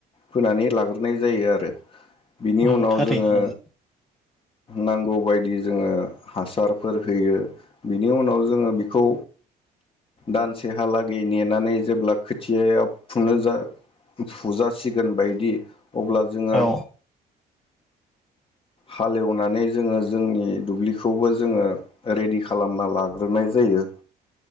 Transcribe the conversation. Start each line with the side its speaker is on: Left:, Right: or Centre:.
Left: फोनानै लाग्रोनाय जायो आरो । बिनि
Centre: औ
Left: उनाव
Centre: थारैनो
Left: जोङो
Centre: नंगौ
Left: नांगौबायदि जोङो हासारफोर होयो बिनि उनाव जोङो बेखौ दानसेहालाग गै नेनानै जेब्ला खोथियाया फुनो जा फुजासिगोन बायदि अब्ला जोङो
Centre: औ
Left: हालेवनानै जोङो जोंनि दुब्लिखौबो जोङो रेडि खालामना लाग्रोनाय जायो